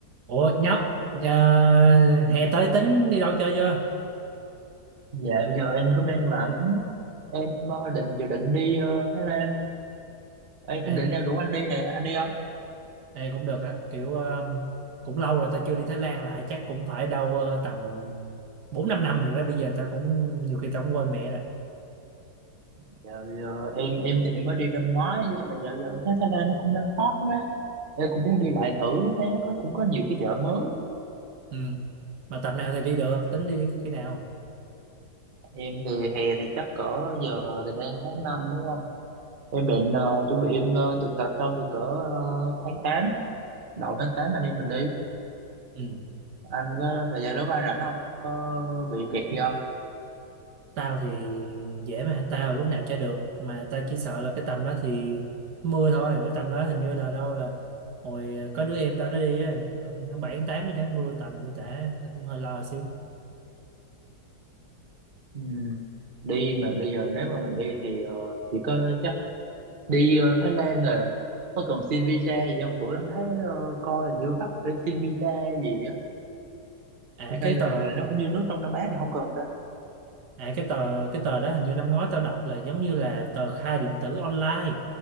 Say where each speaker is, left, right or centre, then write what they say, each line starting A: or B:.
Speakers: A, on the right; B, on the right.
A: Ủa nhóc ờ, hè tới tính đi đâu chơi chưa?
B: Dạ bây giờ em cũng đang rảnh Em ờ, định dự định đi ờ, Thái Lan Em
A: Ê,
B: cũng định đang rủ anh đi nè Anh đi không?
A: ê, cũng được á, kiểu ờ, cũng lâu rồi ta chưa đi Thái Lan lại chắc cũng phải đâu ờ, tầm 4 5 năm rồi đó, bây giờ ta cũng nhiều khi ta cũng quên mẹ rồi.
B: Dạ bây giờ em em thì em mới đi năm ngoái Nhưng mà dạo giờ em thấy Thái Lan nó cũng đang hot quá Em cũng muốn đi lại thử Thấy nó có cũng có nhiều cái chợ mới
A: Ừ. Mà tầm nào thì đi được, tính đi khi nào?
B: Em thì hè thì chắc cỡ giờ thì đang tháng năm đúng không? Em định ờ, chuẩn bị em ờ, thực tập xong thì cỡ ờ, tháng tám Đầu tháng 8 anh em mình đi
A: Ừ.
B: Anh có thời gian lúc anh rảnh không? Có bị kẹt gì
A: Tao thì dễ mà, tao lúc nào chơi được mà tao chỉ sợ là cái tầm đó thì mưa thôi, cái tầm đó hình như là đâu là hồi ờ, có đứa em tao nó đi á, nó- tháng 7 tháng 8 gì đó mưa tầm mưa tả tao cũng hơi lo xíu.
B: Ừ. Đi mà bây giờ nếu mà mình đi thì ờ, chỉ có chắc đi ờ, Thái Lan rồi có cần xin visa gì không? Bữa em thấy ờ, coi là như bắt phải xin visa gì á.
A: À
B: Hay
A: cái
B: là
A: tờ
B: nó cũng như nước trong Đông Nam Á thì không cần ta.
A: À, cái tờ cái tờ đó hình như năm ngoái tao đọc là giống như là tờ khai điện tử online